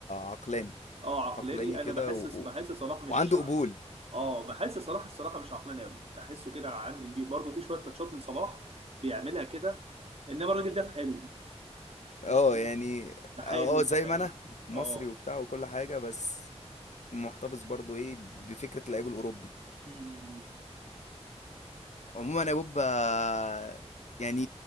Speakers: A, on the left; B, on the right.
A: عقلاني
B: اه عقلاني
A: عقلاني كده
B: انا بحس
A: و... و-
B: بحس صلاح مش
A: وعنده
B: ع-
A: قبول
B: اه بحس صلاح الصراحه مش عقلاني قوي بحسه كده عندي بي برضه في شويه تاتشات من صلاح بيعملها كده انما الراجل ده في حاله
A: اه
B: مش بي-
A: يعني
B: في حاله
A: اه آه، زي
B: في حاله
A: ما انا مصري
B: اه
A: وبتاع وكل حاجه بس محتفظ برضو ايه بفكره اللعيب الاوروبي
B: مم.
A: عموما يا بوب آه، يعني